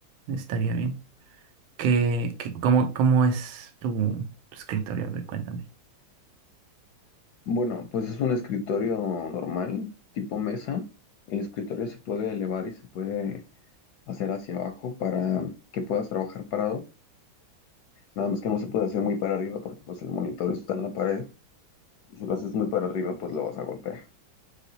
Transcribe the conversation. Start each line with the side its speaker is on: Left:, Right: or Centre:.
Right: Estaría bien. ¿Qué, qué- cómo, cómo es tu, tu escritorio? A ver, cuéntame.
Left: Bueno, pues es un escritorio normal, tipo mesa. El escritorio se puede elevar y se puede hacer hacia abajo para que puedas trabajar parado. Nada más que no se puede hacer muy para arriba porque pues el monitor está en la pared. si lo haces muy para arriba, pues lo vas a golpear.